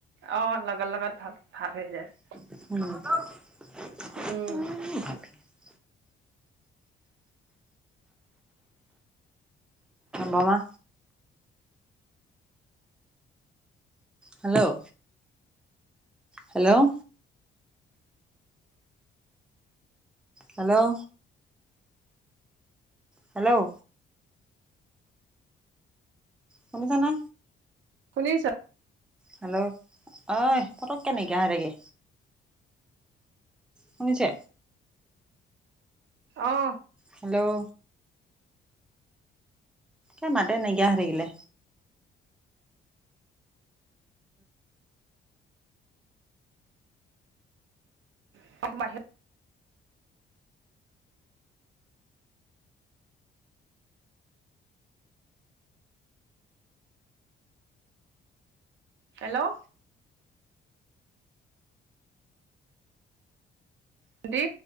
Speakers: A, on the right; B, in the centre.
A: অ লগৰ লগত ভাল ভাল হৈ যায়
B: উম <inaudible>
A: উম <unintelligible>
B: বৰমা হেল্ল' হেল্ল' হেল্ল' হেল্ল' শুনিছানে?
A: শুনিছোঁ।
B: হেল্ল' অ্' পতককে নাইকিয়া হৈ থাকে। শুনিছে?
A: অ্ঁ।
B: হেল্ল' এ মাতে নাইকিয়া হৈ থাকিলে।
A: <unintelligible> হেল্ল' দি